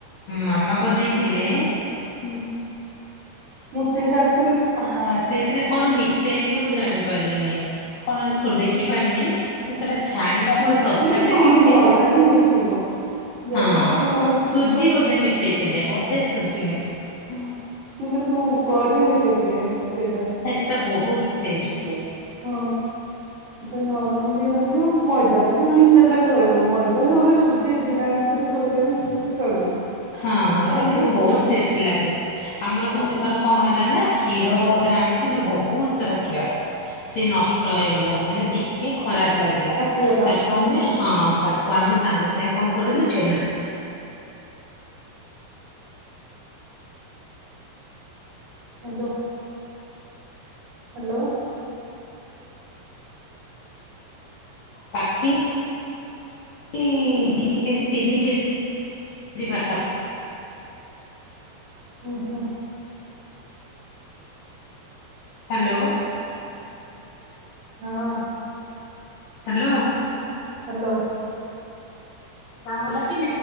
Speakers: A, on the left; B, on the right.
A: ମାମା ବନେଇଥିଲେ।
B: ହୁଁ ମୁଁ ସେଇଟା ଆକ୍ଚୋଲି
A: ଆ ସେଇଥିରେ କଣ ମିଶେଇଲେ ମୁଁ
B: ହୁଁ
A: ଜାଣି ପାରିଲିନି। କଣ ସୁ
B: ହୁଁ
A: ଦେଖି ପାରିନି କିନ୍ତୁ ସେଟା ଛାଣିଲା
B: ସୁଜି
A: ପରେ ତରକାରୀ ଟା
B: ନହେଲେ
A: କେମିତି
B: ମଇଦା
A: ହବ
B: ହିଁ ମିଶିବ। ଯାହାହେଲେ
A: ହଁ
B: ଟିକେ ନ ମିଶିଲେ
A: ସୁଜି
B: ତାର
A: ବୋଧେ ମିଶେଇଥିଲେ ବୋଧେ ସୁଜି ମିଶେଇ
B: ହଁ ମୁଁ କିନ୍ତୁ କରିନି କେବେ। ସେଇଟା
A: ଆ ସେଟା ବହୁତ ଟେଷ୍ଟ୍।
B: ହଁ ଏଟା ନରମ ବି ରହିବ। ମଇଦାଟା ବି ମିଶାଇେ ଚଳିବ ମଇଦା ନହେଲେ ସୁଜି ଦିଇ ଟାଙ୍କ ଭିତରୁ ଯେଉଟା ବି ମିଶାଇଲେ ଚଳିବ।
A: ହଁ ହଁ ଏଇଟା
B: ନୁହେଁ
A: କିନ୍ତୁ
B: କି?
A: ବହୁତ
B: ହୁଁ
A: ଟେଷ୍ଟି ଲାଗେ ଆମର ଗୋଟେ
B: ହୁଁ ହୁଁ
A: ଥର କଣ ହେଲା ନା କ୍ଷୀର ଗୋଟେ ଆଣିଥିଲୁ ବହୁତ ସାରା କ୍ଷୀର ସେ ନଷ୍ଟ ହୋଇଗଲା ମାନେ ଟିକେ ଖରାପ ଲାଗିଲା
B: ଫାଟିଗଲା
A: ତାକୁ
B: ହୁଁ
A: ଆମେ
B: ହୁଁ
A: ହଁ ତାକୁ ଆମେ ସାଙ୍ଗେ ସାଙ୍ଗେ କଣ କରିଦେଲି ଛେନା।
B: ହାଲୋ। ହାଲୋ।
A: ପାକ୍ଷି। ଇ ଦି କେଜି ତିନି କେଜି ପାଖା
B: ହୁ ହୁ।
A: ହ୍ଯାଲୋ।
B: ହଁ।
A: ହାଲୋ।
B: ହାଲୋ।
A: ପ <unintelligible>